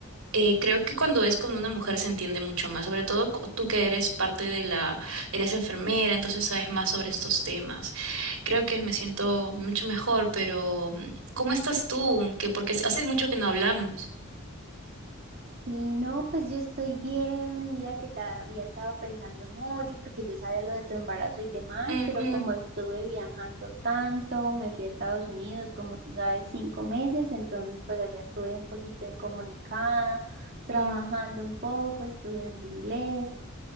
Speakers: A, on the right (about 75°); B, on the right (about 45°).
A: eh, creo que cuando es con una mujer se entiende mucho más, sobre todo cu- tú que eres parte de la, eres enfermera, entonces sabes más sobre estos temas. Creo que me siento mucho mejor, pero mm, ¿cómo estás tú? Que porque hace hace mucho que no hablamos.
B: Sí, no, pues yo estoy bien. Mira que te había estado pensando mucho porque yo sabía lo de tu embarazo y demás,
A: Ujú,
B: pero como Ajá. estuve viajando tanto, me fui a Estados Unidos, como tú sabes, cinco meses, entonces pues allá estuve un poquito incomunicada, trabajando
A: mm,
B: un poco, estudiando inglés.